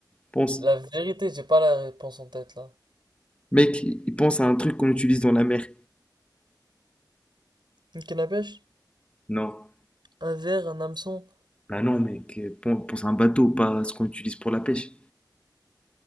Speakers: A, on the left (about 15°); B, on the right (about 75°).
A: pense.
B: La vérité, j'ai pas la réponse en tête là.
A: Mec, il pense à un truc qu'on utilise dans la mer.
B: Une canne à pêche?
A: Non.
B: Un verre, un hameçon?
A: Bah non, mec, euh, pen- pense à un bateau, pas à ce qu'on utilise pour la pêche.